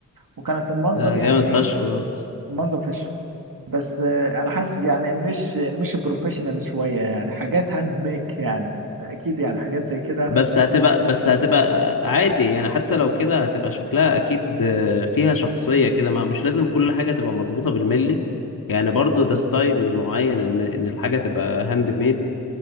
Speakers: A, on the right; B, on the left.
A: وكانت المنظر
B: ده
A: يعني
B: جامد فشخ
A: ايه
B: ده أصلاً.
A: المنظر فشخ بس آه، انا حاسس يعني مش مش بروفيشنال شوية يعني حاجات هاند ميك يعني اكيد يعني حاجات زي كده
B: بس هتبقى بس هتبقى عادي يعني حتى لو كده هتبقى شكلها اكيد آه، فيها شخصية كده ما مش لازم كل حاجة تبقى مظبوطة بالملي يعني برضو ده ستايل معين ان ان الحاجة تبقى هاند ميد